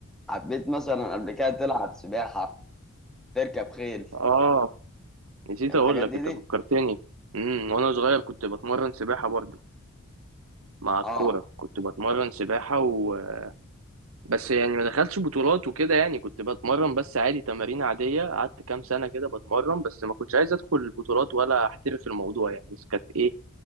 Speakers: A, in the centre; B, on the right.
A: حبيت مثلا قبل كده تلعب سباحة تركب خيل
B: اه نسيت
A: الحاجات
B: اقول لك
A: دي
B: انت
A: دي
B: فكرتني امم وانا صغير كنت بتمرن سباحه برضو مع الكوره
A: اه
B: كنت بتمرن سباحه و... بس يعني ما دخلتش بطولات وكده يعني كنت بتمرن بس عادي تمارين عاديه قعدت كام سنه كده بتمرن بس ما كنتش عايز ادخل بطولات ولا احترف الموضوع يعني بس كانت ايه